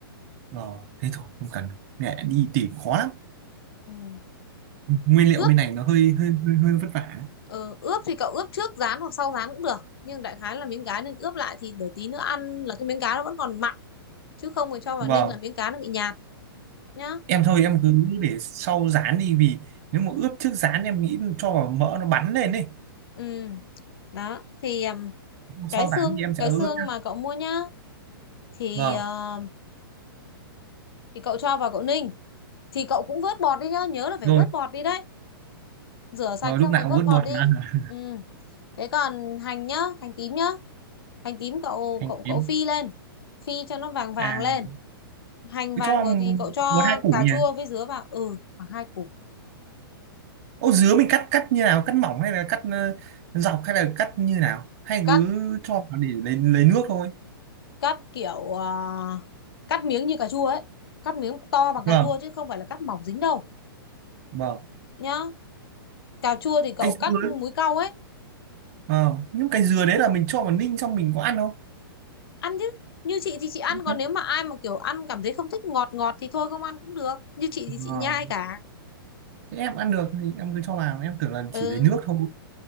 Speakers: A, on the right; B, on the left.
A: Ờ, thế thôi, không cần. Mẹ đi tỉ khó lắm.
B: Ừ.
A: Nguyên liệu
B: ướp
A: bên này nó hơi hơi hơi, hơi vất vả.
B: ừ, ướp thì cậu ướp trước rán hoặc sau rán cũng được nhưng đại khái là miếng cá nên ướp lại thì để tí nữa ăn là cái miếng cá nó vẫn còn mặn chứ không thì cho vào
A: Vâng.
B: ninh là miếng cá nó bị nhạt nhá
A: Em thôi em cứ để sau rán đi vì nếu mà ướp trước rán em nghĩ cho vào mỡ nó bắn lên đi.
B: ừ đó thì ừm, cái
A: Sau
B: xương
A: rán thì em sẽ
B: cái
A: ướp
B: xương
A: nhá.
B: mà cậu mua nhá thì
A: Vâng.
B: ờ, thì cậu cho vào cậu ninh thì cậu cũng vớt bọt đi nhá nhớ là phải
A: Rồi,
B: vớt bọt đi đấy rửa sạch
A: rồi lúc
B: xong
A: nào
B: rồi
A: cũng
B: vớt
A: vớt
B: bọt
A: bột
B: đi
A: mà. <laughs>
B: ừ thế còn hành nhá hành tím nhá hành tím cậu
A: Hành
B: cậu
A: tím.
B: cậu phi lên phi cho nó vàng vàng
A: À,
B: lên hành
A: cứ
B: vàng
A: cho
B: rồi thì cậu cho
A: một hai củ
B: cà chua
A: nhỉ?
B: với dứa vào ừ khoảng hai củ
A: Ô dứa mình cắt cắt như nào? Cắt mỏng hay là cắt ờ, dọc hay là cắt như nào? Hay
B: cắt
A: cứ cho vào để lấy lấy nước thôi.
B: cắt kiểu à, cắt miếng như cà chua ấy cắt miếng to bằng cà
A: Vâng,
B: chua chứ không phải là cắt mỏng dính đâu
A: vâng.
B: nhá cà chua thì cậu
A: Cây
B: cắt
A: dứa, ấy.
B: múi cau ấy
A: ờ, nhưng cái dừa đấy là mình cho vào ninh xong mình có ăn không?
B: ăn chứ như chị thì chị ăn
A: Không thế.
B: còn nếu mà ai mà kiểu ăn cảm thấy không thích ngọt ngọt thì thôi không ăn cũng được như chị thì chị
A: Ờ,
B: nhai cả
A: thế em ăn được thì em cứ cho vào, em tưởng là
B: ừ
A: chỉ lấy nước thôi.